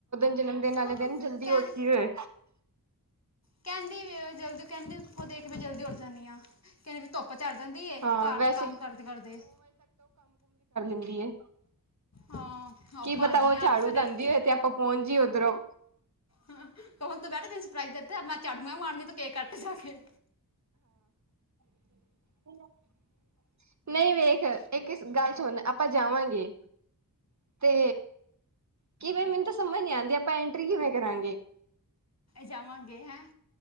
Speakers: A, on the right; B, on the left.
A: ਜਨਮ ਦਿਨ ਆਲੇ
B: ਹਾਂ
A: ਦਿਨ ਜਲਦੀ
B: ਕਹਿ
A: ਉੱਠ ਗੀ ਹੋਏ।
B: ਕਹਿੰਦੀ ਜਲਦੀ ਕਹਿੰਦੀ ਉਸੋ ਦੇਖ ਮੈਂ ਜਲਦੀ ਜਾਂਦੀ ਆ ਕਹਿੰਦੀ ਵੀ ਧੁੱਪ ਚੜ ਜਾਂਦੀ
A: ਹਾਂ
B: ਘਰ
A: ਵੈਸੇ
B: ਦੇ ਕੰਮ ਕਰਦੇ, ਕਰਦੇ
A: ਹੁੰਦੀ ਐ।
B: ਹਾਂ
A: ਕੀ
B: ਆਪਾਂ
A: ਪਤਾ
B: ਆ ਗਈਆਂ
A: ਓ ਝਾੜੂ
B: ਅੱਠ ਸਾਢੇ
A: ਲਾਦੀੰ
B: ਅੱਠ
A: ਹੋਏ ਤੇ ਆਪਾਂ ਪਹੁੰਚ ਜਈ਼ਐ ਉਧਰੋਂ
B: ਹ ਕਣ ਤੂੰ ਬਹਿ ਤੈਨੂੰ ਸਰਪਰਾਈਜ਼ ਦਿੱਤਾ ਮੈਂ ਚਾੜੂ ਮਣਨੀ ਤੂੰ ਕੇਕ ਕੱਟ ਜਾ ਕੇ।
A: <unintelligible> ਨਈ ਵੇਖ ਇੱਕ ਗੱਲ ਸੁਣ ਆਪਾਂ ਜਾਵਾਂਗੇ ਤੇ ਕੀਵੇਂ ਮੈਨੂੰ ਤਾਂ ਸਮਝ ਨੀ ਆਂਦੀ। ਆਪਾਂ ਐਂਟਰੀ ਕਿਵੇਂ ਕਰਾਂਗੇ?
B: ਜਾਵਾਂਗੇ ਹੈਅ